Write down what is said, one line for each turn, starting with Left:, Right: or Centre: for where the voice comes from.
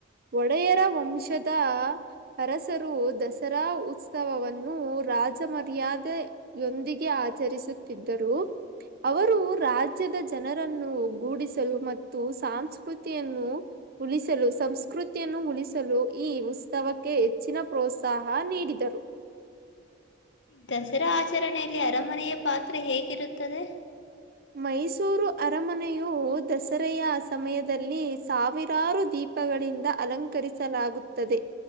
Right: ಒಡೆಯರ ವಂಶದ <unintelligible> ಅರಸರು ದಸರಾ ಉತ್ಸವವನ್ನು ರಾಜ ಮರ್ಯಾದೆ ಯೊಂದಿಗೆ ಆಚರಿಸುತ್ತಿದ್ದರು ಅವರು ರಾಜ್ಯದ ಜನರನ್ನು ಒಗ್ಗೂಡಿಸಲು ಮತ್ತು ಸಾಸ್ಕೃತಿಯನ್ನು ಉಳಿಸಲು ಸಂಸ್ೃ ಕೃತಿಯನ್ನು ಉಳಿಸಲು ಈ ಉತ್ಸವಕ್ಕೆ ಹೆಚ್ಚಿನ ಪ್ರೋತ್ಸಾಹ ನೀಡಿದರು
Left: ದಸರಾ ಆಚರಣೆಯಲ್ಲಿ ಅರಮನೆಯ ಪಾತ್ರ ಹೇಗಿರುತ್ತದೆ
Right: ಮೈಸೂರು ಅರಮನೆಯು ದಸರೆಯ ಸಮಯದಲ್ಲಿ ಸಾವಿರಾರು ದೀಪ ಪಗಳಿಂದ ಅಲಂಕರಿಸಲಾಗುತ್ತದೆ